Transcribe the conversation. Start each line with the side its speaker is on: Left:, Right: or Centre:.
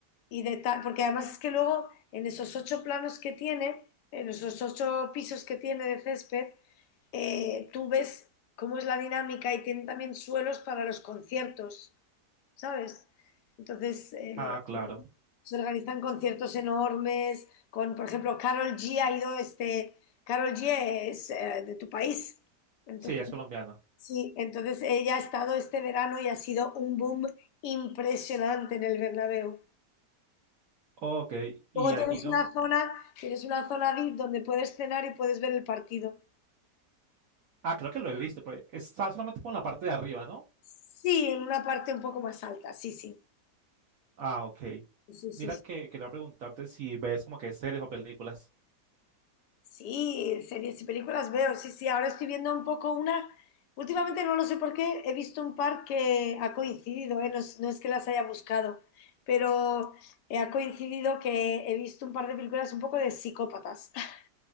Left: y de tal, porque además es que luego en esos ocho planos que tiene, en esos ocho pisos que tiene de césped, eh, tú ves cómo es la dinámica y tiene también suelos para los conciertos, ¿sabes? Entonces eh,
Right: Ah,
Left: lo-
Right: claro.
Left: se organizan conciertos enormes, con, por ejemplo, Carol G ha ido, este, Carol G es eh, de tu país, entonces,
Right: Sí, ella es colombiana.
Left: sí, entonces ella ha estado este verano y ha sido un boom impresionante en el Bernabéu.
Right: Ok. Y
Left: Luego tienes
Right: aquí... como-
Left: una zona, tienes una zona VIP donde puedes cenar y puedes ver el partido.
Right: Ah, creo que lo he visto, pero está solamente con la parte de arriba, ¿no?
Left: Sí, en una parte un poco más alta, sí, sí.
Right: Ah, ok.
Left: Sí, sí,
Right: Mira
Left: sí.
Right: que quería preguntarte si ves como que series o películas.
Left: Sí, series y películas veo, sí, sí. Ahora estoy viendo un poco una. Últimamente no lo sé por qué, he visto un par que ha coincidido, ¿eh? No, es no es que las haya buscado, pero eh, ha coincidido que he visto un par de películas un poco de psicópatas. <laughs>